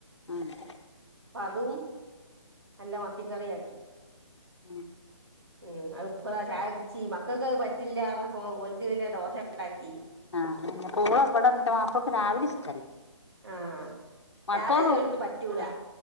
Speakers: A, on the left (about 65°); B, on the right (about 50°).
A: ആഹ്
B: അപ്പ അതും നല്ല മത്തിക്കറിയാക്കി
A: ഉം
B: ഉം അത്പ്പളാ ചായ കുടിച്ചി മക്കൾക്കത് പറ്റില്ലാറഞ്ഞപ്പൊ ഓൽക്ക് പിന്നെ ദോശണ്ടാക്കി
A: ആഹ് പൂള ഇവടെ ന്റെ മാപ്പൾക്ക്‌ രാവിലിഷ്ടല്ല
B: ആ
A: മക്കളൊന്നും
B: രാവിലെ ചെലോൽക്ക് പറ്റൂല
A: ഉം